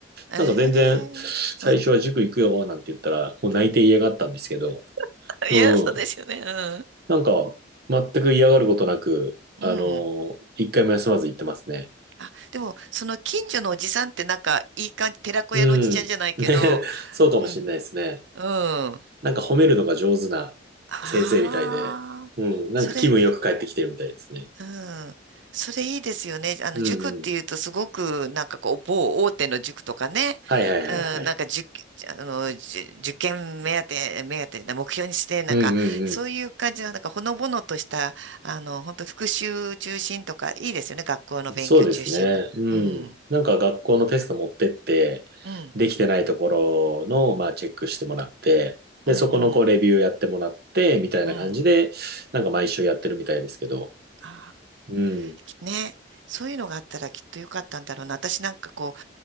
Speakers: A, on the right; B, on the right.
A: ええうん。
B: なんか全然、最初は塾行くよ、なんて言ったら、もう泣いて嫌がったんですけど、
A: <laughs>
B: うん、
A: いや、そうですよね。
B: なんか、全く嫌がることなく、
A: うん。
B: あの、
A: うん。
B: 一回も休まず行ってますね。
A: あ、でも、その近所のおじさんってなんか、いい感じ、寺子屋のおじちゃんじゃないけど、
B: うん、ね、<laughs> そうかもしれないですね。
A: うん、うん。
B: なんか褒めるのが上手な
A: ああ、
B: 先生みたいで、うん、なんか気分よく帰ってきてるみたいですね。
A: それ、うん。それいいですよね。あの、
B: うんうん。
A: 塾っていうとすごく、なんかこう、某大手の塾とかね。
B: はいはいはいはい。
A: うん、なんか、塾、あの、じゅ受験目当て、目当てな目標にして、なんか、
B: うんうんう
A: そういう感じの、なんか、ほのぼのとした、あの、本当復習中心とか、いいですよね。学校の勉強中心の。
B: ん。そうですね。うん。
A: うん、
B: なんか学校のテスト持ってって、
A: うん、
B: できてないところの、まあ、チェックしてもらって、で、
A: うん、
B: そこのこうレビューやってもらって、
A: うん、
B: みたいな感じで、
A: うん。
B: なんか毎週やってるみたいですけど。
A: あ
B: うん。
A: ー、きね。そういうのがあったらきっとよかったんだろうな。私なんかこう、